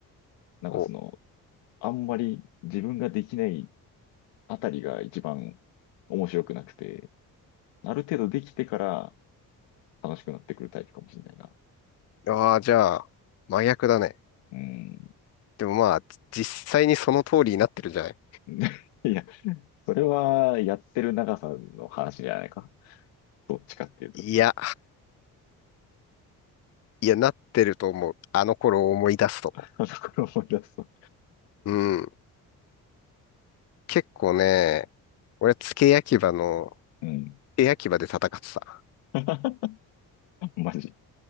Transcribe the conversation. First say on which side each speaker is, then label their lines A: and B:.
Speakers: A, on the left; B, on the left.
A: なんかその、
B: お、
A: あんまり自分ができないあたりが一番面白くなくて、ある程度できてから楽しくなってくるタイプかもしんないな。
B: ああ、じゃあ、真逆だね。
A: うん。
B: でもまあ、実際にその通りになってるじゃない。
A: <laughs> いや、それはやってる長さの話じゃないか。どっちかっていうと。
B: いや、いや、なってると思う。あの頃を思い出すと。
A: あだから思い出すと。
B: うん。結構ね、俺、付け焼き場の
A: うん。
B: エアキバで戦ってた。
A: <laughs> マジ。